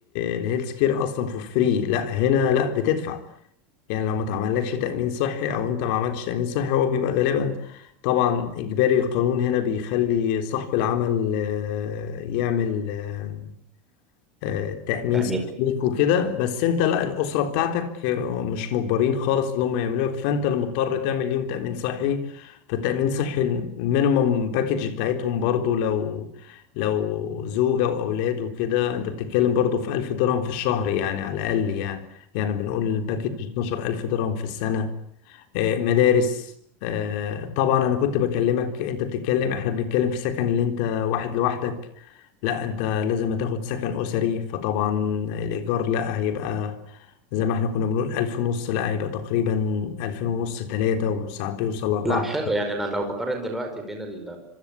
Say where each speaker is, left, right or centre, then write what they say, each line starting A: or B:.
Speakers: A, on the left (about 50°); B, in the centre.
A: الهيلث كير اصلا فور فري لا هنا لا بتدفع يعني لو ما تعملكش تامين صحي او انت ما عملتش تامين صحي هو بيبقى غالبا طبعا اجباري القانون هنا بيخلي صاحب العمل آه، يعمل آه، آه، تأمين
B: امين
A: صحيك وكده بس انت لا الأسرة بتاعتك آه، مش مجبرين خالص اللي هم يعملوها فانت اللي مضطر تعمل ليهم تأمين صحي فالتأمين صحي المينيمم باكج بتاعتهم برضو لو لو زوجة وأولاد وكده انت بتتكلم برضو في ألف درهم في الشهر يعني على الأقل يعني يعني بنقول الباكج 12 ألف درهم في السنة آه، مدارس آه، طبعا أنا كنت بكلمك أنت بتتكلم إحنا بنتكلم في سكن اللي أنت واحد لوحدك لا انت لازم تاخد سكن اسري فطبعا الايجار لا هيبقى زي ما احنا كنا بنقول الف ونص لا هيبقى تقريبا الفين ونص تلاتة وساعات بيوصل لاربعة
B: لا حلو يعني انا لو بقارن دلوقتي بين ال